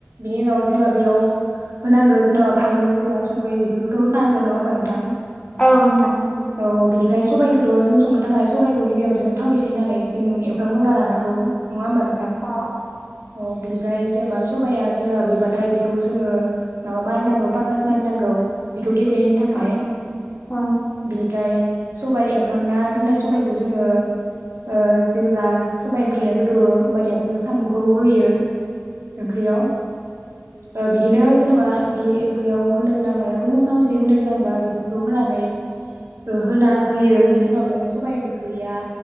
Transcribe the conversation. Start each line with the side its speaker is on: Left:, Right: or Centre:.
Right: बिनि उनाव जेनेबा बेयाव होनांगो जेनेबा फालौ जेनेबा संख्रै बेफोरखौथ' होखानांगोन नङा होनबा नोंथां?
Left: औ नोंथां
Right: औ बिनिफ्राय सबाइखो त' जों संनो थाखाय सबाइखौ गिबियाव जोङो थाव एसे होननानै जों एवफ्राम ग्रोना लानांगौ। नङा होमबा नोंथां
Left: औ
Right: औ बिनिफ्राय जेनेबा सबाइया जेनेबा रुइबाथाय बेखौ जोङो माबा मारिनांगौ पाग्रास मारिनांगौ बेखौ गेब्लेहोनो थाखाय
Left: औ औ
Right: बिनिफ्राय सबाइ एव फ्रामना दोननाय सबाइखौ जोङो ओ जेब्ला सबाइ ओंख्रिया गोदौयो होमबानिया जोङो साम'खौ होयो ओंख्रियाव ओ बिदिनो जेनेबा बे ओंख्रियाव होनो गोनां मायबाफोर मस्ला मस्लि होनो गोनांबा बेफोरखौ होनानै ओ होना होयो। बिनि उनावनो सबाय ओंख्रिया